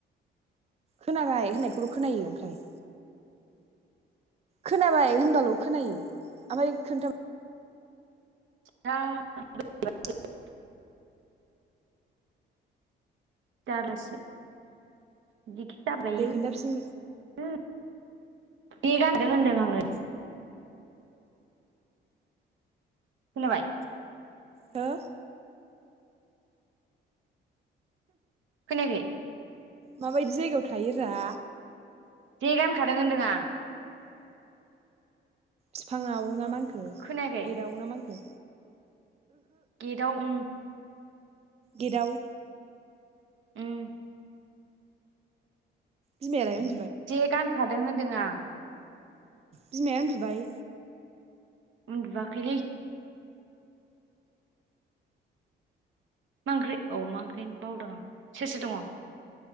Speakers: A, on the right; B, on the right.
A: खोनाबाय होननाय खौल' खोनायो ओमफ्राय। खोनाबाय होनबाल' खोनायो। ओफाय खोन्थाम
B: जा <unintelligible> जारलासो। बिदिखि जाब्रायो
A: दे खोन्थाफिन
B: बे गानदों होनदों आंङो। खोनाबाय?
A: हो?
B: खोनायाखै?
A: माबायदि जायगायाव थायो रा?
B: जे गानखादों होनदों आं।
A: फिफाङाव ना मा खो
B: खोनायाखै
A: गेदावना मा होनखो?
B: गेटआव उम।
A: गेट आव?
B: उम
A: बिमाया लाय उन
B: जे गानखादों होनदों आं।
A: बिमाया उन्दुबाय?
B: उन्दुयाखैलै। मां ओंख्रै औ मा ओंख्रि बावदों आं सोर सोर दङ?